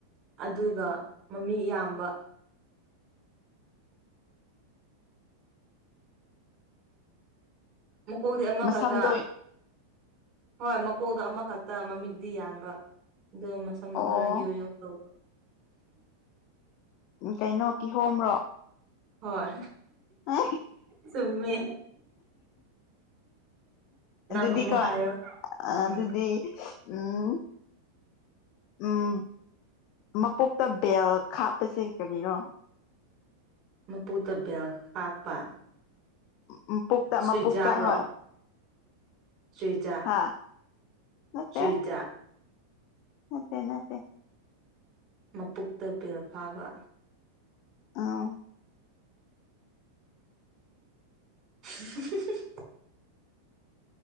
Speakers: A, on the right; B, on the left.
A: ꯑꯗꯨꯒ ꯃꯃꯤ ꯌꯥꯝꯌꯥꯝꯕ ꯃꯀꯣꯛꯗꯤ ꯑꯃ
B: ꯃꯁꯝꯗꯣ
A: ꯈꯛꯇ ꯍꯣꯏ ꯃꯀꯣꯛꯗꯣ ꯑꯃꯈꯛꯇ ꯃꯃꯤꯠꯗꯤ ꯌꯥꯝꯕ ꯑ ꯃꯁꯝꯅ
B: ꯑꯣ
A: ꯈꯔꯒꯤ ꯑꯣꯏꯌꯣ ꯇꯧꯕ
B: ꯎ ꯀꯩꯅꯣ ꯀꯤꯍꯣ꯭ꯔꯣ
A: ꯍꯣꯏ
B: ꯑ
A: ꯆꯨꯝꯃꯦ ꯅꯪ
B: ꯑꯗꯨꯗꯤ
A: ꯑꯃꯨꯛ
B: ꯀ
A: ꯍꯥꯏꯔꯣ
B: ꯑ
A: ꯎꯝ
B: ꯑꯗꯨꯗꯤ ꯎꯝ ꯎꯝ ꯃꯄꯣꯛꯇ ꯕꯦꯜ ꯈꯥꯞꯄꯁꯦ ꯀꯔꯤꯅꯣ
A: ꯃ ꯄꯨ ꯇꯕ ꯍꯥꯄꯥ
B: ꯃꯄꯣꯛꯇ
A: ꯁꯨꯏꯖꯥꯛꯔꯣ
B: ꯃꯄꯣꯛꯇ ꯍꯣꯏ
A: ꯁꯨꯏꯖꯥꯛ
B: ꯍꯥ ꯅꯠꯇꯦ
A: ꯁ꯭ꯋꯤꯗ
B: ꯅꯠꯇꯦ ꯅꯠꯇꯦ
A: ꯃꯄꯛꯇ ꯕꯦꯜ ꯐꯥꯕ
B: ꯑ
A: <unintelligible>